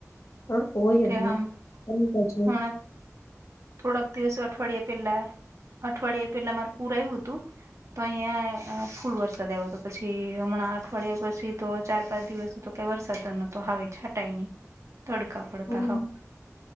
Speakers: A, on the left; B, on the right.
A: હ કોય
B: કે
A: એની
B: આમ
A: એચ
B: હમણાં થોડાક દિવસ અઠવાડિયા પેલા અઠવાડિયા પેલા માર પૂર આવું હતું તો અહિયાં ફૂલ વરસાદ આવ્યો તો પછી હમણાં અઠવાડિયા પછી તો ચાર પાંચ દિવસ તો કઈ વરસાદ ન આવે છાંટાયની તડકા
A: હમ્મ.
B: પડતા હો